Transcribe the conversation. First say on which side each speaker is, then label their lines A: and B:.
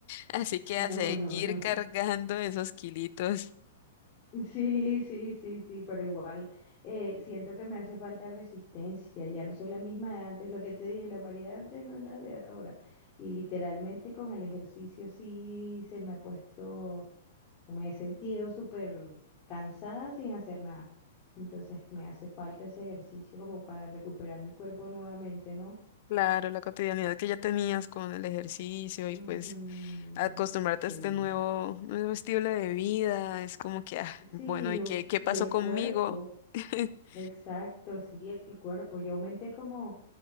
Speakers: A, on the left (about 50°); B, on the left (about 30°).
A: Así que
B: No,
A: a seguir
B: no, no.
A: cargando esos kilitos.
B: Sí, sí, sí, sí, pero igual eh, siento que me hace falta resistencia, ya no soy la misma de antes, lo que te dije, la María de antes no es la de ahora. Y literalmente con el ejercicio sí se me ha puesto, o me he sentido súper cansada sin hacer nada. Entonces me hace falta ese ejercicio como para recuperar mi cuerpo nuevamente, ¿no?
A: Claro, la cotidianidad que ya tenías con el ejercicio
B: Ujú,
A: y pues acostumbrarte
B: Sí.
A: a este nuevo, nuevo estilo de vida, es como que, ah,
B: Sí,
A: bueno, ¿y
B: o-
A: qué,
B: y
A: qué pasó
B: el
A: conmigo?
B: cuerpo,
A: <laughs>
B: exacto, sí, el cuerpo. Yo aumenté como...